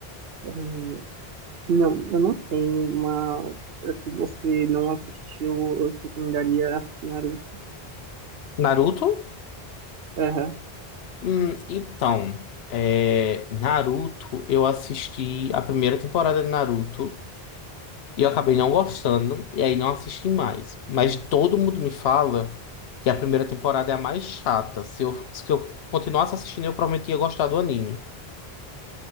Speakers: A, on the right; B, on the left.
A: eh, Não, eu não tenho, mas eh, se você não assistiu, eu te recomendaria assistir Naruto.
B: Naruto?
A: Aham.
B: Hum, então, é, Naruto, eu assisti a primeira temporada de Naruto e eu acabei não gostando, e aí não assisti mais. Mas todo mundo me fala que a primeira temporada é a mais chata. Se eu, se eu continuasse assistindo, eu provavelmente ia gostar do anime.